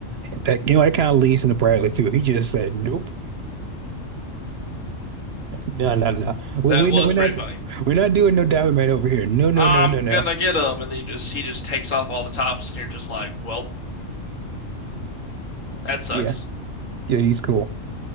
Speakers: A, on the right; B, on the left.
A: And that, you know, that kind of leads into Bradley too. He just said, "Nope, no, no, no. We
B: That
A: we
B: was
A: we're not
B: pretty funny.
A: we're not doing no Diamond Man over here. No, no,
B: I'm
A: no, no, no.
B: gonna get him, and then he just he just takes off all the tops, and you're just like, well, that sucks.
A: Yeah, yeah, he's cool.